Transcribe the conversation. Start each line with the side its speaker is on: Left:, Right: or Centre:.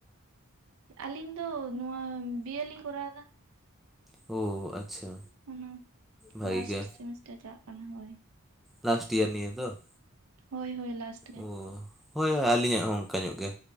Right: ᱟᱞᱤᱧ ᱫᱚ ᱱᱚᱣᱟ ᱵᱤᱭᱮ ᱞᱤᱧ ᱠᱚᱨᱟᱣ ᱫᱟ᱾
Centre: ᱳ ᱟᱪᱪᱷᱟ᱾
Right: ᱚᱱᱟ
Centre: ᱵᱷᱟᱜᱤ
Right: ᱞᱟᱥᱴ
Centre: ᱜᱮ
Right: ᱥᱮᱢᱤᱥᱴᱟᱨ ᱪᱟᱞᱟᱜ ᱠᱟᱱᱟ ᱦᱚᱭ᱾
Centre: ᱞᱟᱥᱴ ᱤᱭᱟᱨ ᱱᱤᱭᱟᱹ ᱫᱚᱜ᱾
Right: ᱦᱳᱭ ᱦᱳᱭ ᱞᱟᱥ᱾
Centre: ᱳ ᱦᱳᱭ ᱦᱳᱭ ᱟᱞᱤᱧᱟᱜ ᱦᱚᱸ ᱚᱱᱠᱟ ᱧᱚᱜ ᱜᱮ